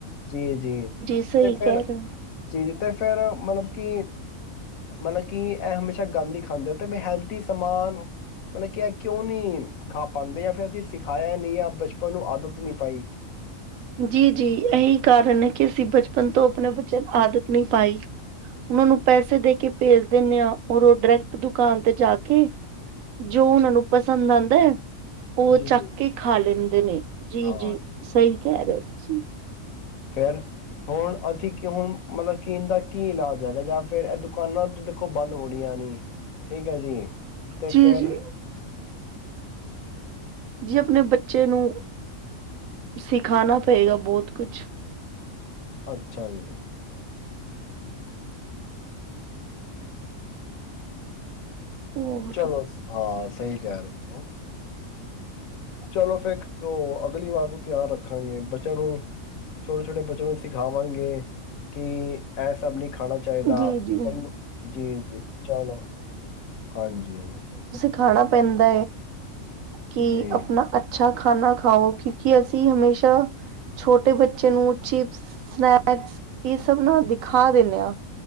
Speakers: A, on the left (about 80°); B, on the right (about 75°).
A: ਜੀ ਜੀ ਤੇ
B: ਸਹੀ
A: ਫੇਿਰ
B: ਕਹਿ ਰਹੇ ਹੋ
A: ਜੀ ਜੀ ਤੇ ਫੇਿਰ ਮਤਲਬ ਕਿ ਮਤਲਬ ਕਿ ਇਹ ਹਮੇਸ਼ਾ ਗੰਦ ਹੀ ਖਾਂਦੇ ਤੇ ਵੀ ਹੈਲਥ ਸਮਾਨ ਮਤਲਬ ਕਿ ਇਹ ਕਿਉਂ ਨਹੀਂੀ ਖਾ ਪਾਉਂਦੇ ਆ ਫਿਰ ਅਸੀਂ ਸਿਖਾਇਆ ਨਹੀਂ ਆ ਬਚਪਨ ਨੂੰ ਆਦਤ ਨਹੀਂੀ ਪਾਈ
B: ਜੀ ਜੀ ਇਹੀ ਕਾਰ ਉਹ ਨੇ ਕਿਹਾ ਅਸੀਂ ਬਚਪਨ ਤੋਂ ਆਪਣੇ ਬਚਨ ਆਦਤ ਨੀ ਪਾਈ ਉਹਨਾਂ ਨੂੰ ਪੈਸੇ ਦੇ ਕੇ ਭੇਜ ਦਿੰਦੇ ਆਾਂ ਔਰ ਉਹ ਡਾਇਰੈਕਟ ਦੁਕਾਨ ਤੇ ਜਾ ਕੇ ਜੋ ਉਹਨਾਂ ਨੂੰ ਪਸੰਦ ਆਉਂਦਾ ਹੈ ਉਹ
A: ਜੀ, ਜੀ।
B: ਚੱਕ ਕੇ ਖਾ ਲੈ <unintelligible> ਜੀ
A: ਹਾਂ,
B: ਜੀ ਸਹੀ <unintelligible>
A: ਫਿਰ ਹੁਣ ਅਸੀਂ ਕਿਉਂ ਮਤਲਬ ਕੀਨ ਦਾ ਕੀ ਇਲਾਜ ਹੈਗਾ ਜਾਂ ਫਿਰ ਇਹ ਦੁਕਾਨਾਂ ਦੇਖੋ ਬੰਦ ਹੋਣੀਆਂ ਨਹੀਂ ਠੀਕ ਹ ਜੀ ਤੇ ਫਿਰ
B: ਜੀ ਜੀ ਜੀ ਆਪਣੇ ਬੱਚੇ ਨੂੰ ਸਿਖਾਣਾ ਪਏਗਾ ਬਹੁਤ ਕੁਝ
A: ਅੱਛਾ ਜੀ
B: ਹੋਰ
A: ਚਲੋ ਹਾਂ ਸਹੀ ਕਹਿ ਰਹੇ ਚਲੋ ਫਿਰ ਉਹ ਅਗਲੀ ਵਾਰ ਤੋਂ ਧਿਆਨ ਰੱਖਾਂਗੇ ਬੱਚਿਆਂ ਨੂੰ ਛੋਟੇ ਛੋਟੇ ਬੱਚਿਆਂ ਨੂੰ ਸਿਖਾਵਾਂਗੇ ਕਿ ਇਹ ਸਭ ਨੀ ਖਾਣਾ ਚਾਹੀਦਾ
B: ਜੀ ਜੀ
A: ਨੂੰ ਜੀ ਜੀ ਚਲੋ ਹਾਂਜੀ
B: ਖਾਣਾ ਪੈਂਦਾ ਕਿ
A: ਜੀ
B: ਆਪਣਾ ਅੱਛਾ ਅੱਛਾ ਖਾਣਾ ਖਾਓ ਕਿਉਂਕਿ ਅਸੀਂ ਹਮੇਸ਼ਾ ਛੋਟੇ ਬੱਚੇ ਨੂੰ ਚਿਪਸ ਸਨੈਕਸ ਇਹ ਸਭ ਨਾ ਦਿਖਾ ਦਿੰਦੇ ਹਾਂ